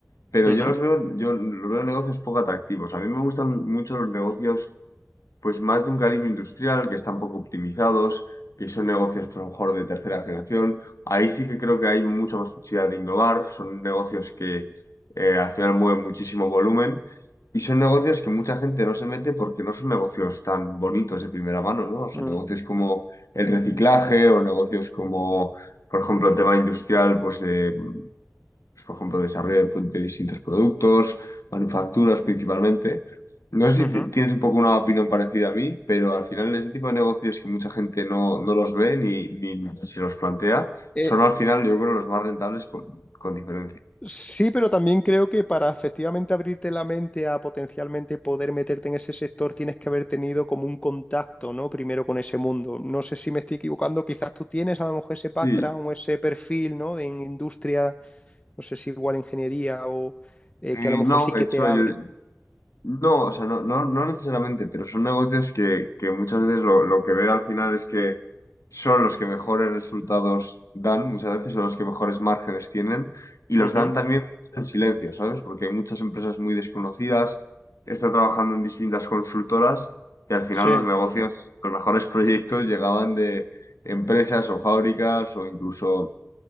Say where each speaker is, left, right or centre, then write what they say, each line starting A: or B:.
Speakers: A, on the left; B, on the left.
A: pero
B: Ujú,
A: yo los veo, yo los veo negocios poco atractivos. A mí me gustan mucho los negocios pues más de un calibre industrial, que están poco optimizados, que son negocios pues, a lo mejor de tercera generación. Ahí sí que creo que hay mucha más posibilidad de innovar, son negocios que eh, al final mueven muchísimo volumen y son negocios que mucha gente no se mete porque no son negocios tan bonitos de primera mano, ¿no? O sea,
B: mm,
A: negocios como el reciclaje o negocios como, por ejemplo, el tema industrial, pues de pues, por ejemplo, desarrollo de, de distintos productos, manufacturas principalmente. No sé
B: ujú.
A: si ti- tienes un poco una opinión parecida a mí, pero al final ese tipo de negocios que mucha gente no, no los ve ni, ni se los plantea,
B: Eh,
A: son al final yo creo los más rentables con, con diferencia.
B: Sí, pero también creo que para efectivamente abrirte la mente a potencialmente poder meterte en ese sector, tienes que haber tenido como un contacto, ¿no? Primero con ese mundo. No sé si me estoy equivocando, quizás tú tienes a lo mejor ese
A: Sí,
B: background o ese perfil, ¿no? De en industria, no sé si igual ingeniería o eh,
A: eh,
B: que a lo mejor
A: no,
B: sí que
A: de hecho
B: te abre.
A: yo, No, o sea, no, no, no necesariamente, pero son negocios que, que muchas veces lo, lo que veo al final es que son los que mejores resultados dan, muchas veces son los que mejores márgenes tienen y los
B: Ujú.
A: dan también en silencio, ¿sabes? Porque hay muchas empresas muy desconocidas, está trabajando en distintas consultoras y al final
B: Sí,
A: los negocios, los mejores proyectos llegaban de empresas o fábricas o incluso